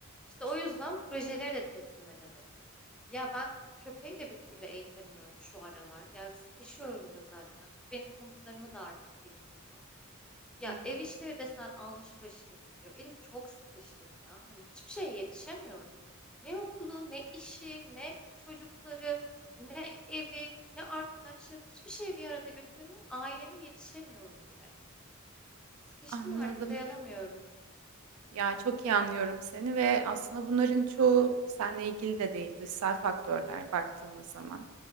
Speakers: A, in the centre; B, on the right (about 80°).
A: İşte o yüzden projeleri de teslim edemedim. Ya ben köpeği de bir türlü eğitemiyorum şu aralar. Yani sıkışıyorum da zaten. Benim komutlarımı da artık dinlemiyor. Ya
B: Hı hı.
A: ev işleri de sen almış başına gidiyor. Elif çok sıkıştım ya. Hani hiçbir şeye yetişemiyorum. Ne okulu, ne işi, ne çocukları, ne evi, ne arkadaşlarımı hiçbir şeye bir arada götüremiyorum. Aileme yetişemiyorum bile. Sıkıştım
B: Anladım.
A: artık dayanamıyorum.
B: Ya çok iyi anlıyorum seni ve aslında bunların çoğu seninle ilgili de değil, dışsal faktörler baktığımız zaman.